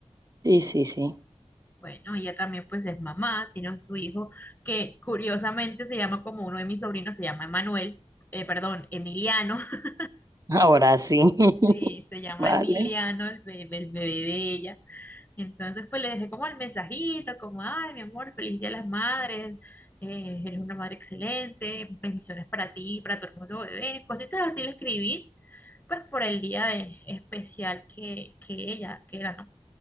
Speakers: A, on the right; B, on the left.
A: Sí, sí, sí.
B: Bueno, ella también pues es mamá, tiene su hijo que curiosamente se llama como uno de mis sobrinos, se llama Emanuel, eh, perdón, Emiliano. <laughs>
A: Ahora sí. <laughs>
B: Sí, se llama
A: Vale.
B: Emiliano, el bebé, el bebé de ella. Entonces pues le dejé como el mensajito, como, ay, mi amor, feliz Día de las Madres, eh, eres una madre excelente, bendiciones para ti, para tu hermoso bebé, cositas así le escribí. pues por el día eh, especial que, que ella, que era, ¿no?